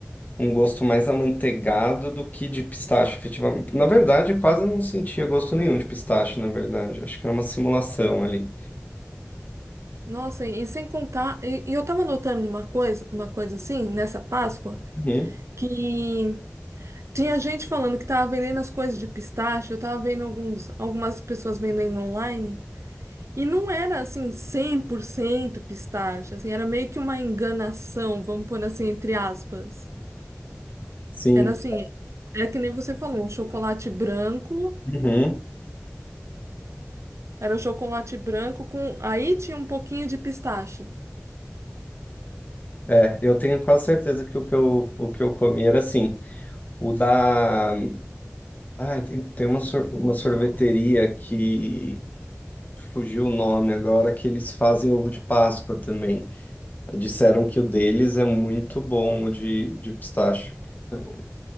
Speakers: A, on the left (about 35°); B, on the right (about 75°).
A: um gosto mais amanteigado do que de pistache, efetivamente. Na verdade, eu quase não sentia gosto nenhum de pistache, na verdade. Acho que era uma simulação ali.
B: Nossa, e, e sem contar, e, e eu tava notando uma coisa, uma coisa assim, nessa Páscoa,
A: Uhum.
B: que tinha gente falando que tava vendendo as coisas de pistache, eu tava vendo alguns, algumas pessoas vendendo online. E não era assim 100% pistache, assim, era meio que uma enganação, vamos pôr assim entre aspas.
A: Sim.
B: Era assim, era que nem você falou, o chocolate branco,
A: Uhum.
B: era o chocolate branco com aí tinha um pouquinho de pistache.
A: É, eu tenho quase certeza que o que eu, o que eu comi era assim. O da. Ai, tem, tem uma, sor- uma sorveteria que fugiu o nome agora, que eles fazem ovo de Páscoa também. Disseram que o deles é muito bom, o de, de pistache. Eu